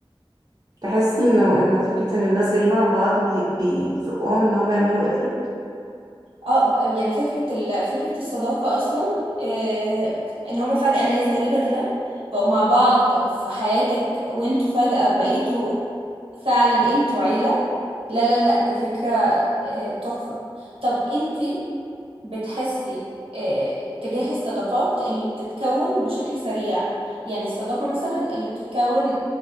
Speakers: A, on the right; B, on the right.
A: تحسي انه انه فكرة ان الناس غريبة عن بعض بي... بيزقهم ان هم يعملوا قفل
B: اه ب- يعني فكرة ال... فكرة الصداقة أصلا آه... إن هما فجأة ناس غريبة كده بقوا مع بعض في حياتك وانتوا فجأة بقيتوا فعلا انتوا عيلة لا لا لا دي فكرة آه... تحفة طب انتي بتحسي آه... تجاه الصداقات اللي بتتكون بشكل سريع يعني الصداقة مثلا اللي بتتكون